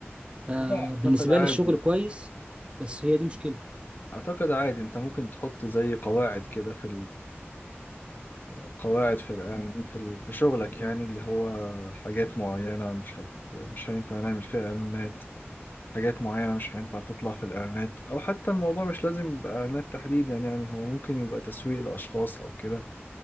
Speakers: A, on the right; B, on the left.
A: فبالنسبه
B: لا أعتقد عادي
A: لي الشغل كويس بس هي دي مشكلته
B: أعتقد عادي أنت ممكن تحط زي قواعد كده في القواعد في الإعلان- في ال- في شغلك يعني اللي هو حاجات معينة مش هت... مش هينفع نعمل فيها إعلانات حاجات معينة مش هينفع تطلع في الإعلانات أو حتى الموضوع مش لازم يبقى إعلانات تحديدا يعني هو ممكن يبقى تسويق لأشخاص أو كده